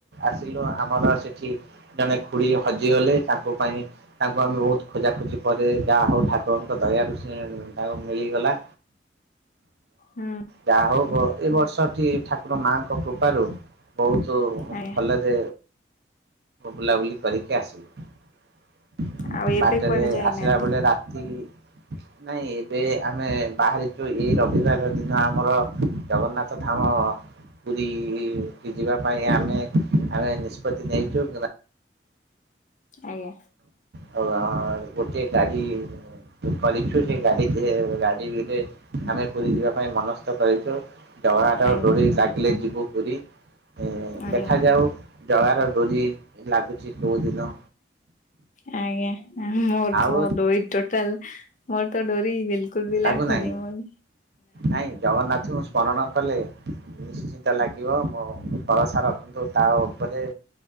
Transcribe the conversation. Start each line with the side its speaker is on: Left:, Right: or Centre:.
Right: ଆସିଲୁ ଆମର ସେଠି ଜଣେ ଖୁଡି ହଜିଗଲେ ତାଙ୍କ ପାଇଁ ତାଙ୍କୁ ଆମେ ବୋହୁତ ଖୋଜା ଖୋଜି ପରେ ଯାହା ହୋଉ ଠାକୁରଙ୍କ ଦୟାରୁ ସେ ତାକୁ ମିଳିଗଲା।
Left: ହୁଁ।
Right: ଯାହା ହୋଉ ବ ଏ ବର୍ଷଟି ଠାକୁର ମାଙ୍କ କୃପାରୁ ବୋହୁତୁ
Left: ଆଜ୍ଞା।
Right: ଭଲରେ ବୁଲାବୁଲି କରିକି ଆସିଲୁ।
Left: ଆଉ ଏବେ
Right: ବାଟରେ
Left: କୁଆଡେ ଯାଇନାହାନ୍ତି
Right: ଆସିଲା ବେଳେ ରାତି ନାଇଁ ଏବେ ଆମେ ବାହାରିଚୁ ଏଇ ରବିବାର ଦିନ ଆମର ଜଗନ୍ନାଥ ଧାମ ପୁରୁକି ଯିବା ପାଇଁ ଆମେ ଆମେ ନିଷ୍ପତି ନେଇଚୁ।
Left: ଆଜ୍ଞା।
Right: ହୋ ଆ ଗୋଟିଏ ଗାଡି କରିଚୁ ସେ ଗାଡି ଯେ ଗା ଏଇ ଭିତରେ ଆମେ ପୁରି ଯିବା ପାଇଁ ମନସ୍ଥ କରିଚୁ। ଜଗନ୍ନାଥଙ୍କ
Left: ଆଜ୍ଞା।
Right: ଡୋରି ଲାଗିଲେ ଯିବୁ ପୁରି ଏ
Left: ଆଜ୍ଞା
Right: ଦେଖାଯାଉ। ଜଗାର ଡୋରି ଲାଗୁଚି କୋଉ ଦିନ।
Left: ଆଜ୍ଞା। ମୋର
Right: ଆଉ
Left: ତ ଡୋରି ଟୋଟାଲ ମୋର ତ ଡୋରି ବିଲକୁଲ ବି ଲାଗୁନି
Right: ଲାଗୁନାହିଁ
Left: ମଇ।
Right: ନାଇଁ ଜଗନ୍ନାଥଙ୍କୁ ସ୍ମରଣ କଲେ। ନିଶ୍ଚିନ୍ତ ଲାଗିବ ମୋ ଭରସା ରଖନ୍ତୁ ତା ଓପରେ।